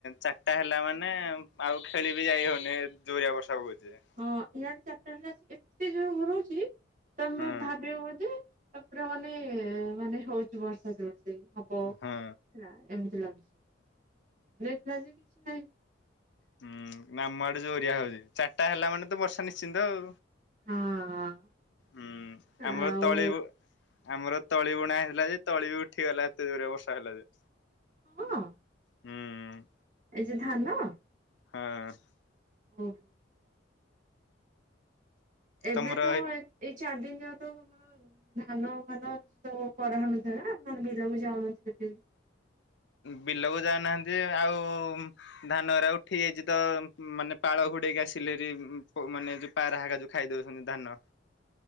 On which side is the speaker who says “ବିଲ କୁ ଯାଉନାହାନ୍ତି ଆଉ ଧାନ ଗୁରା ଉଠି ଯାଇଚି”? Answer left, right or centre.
Left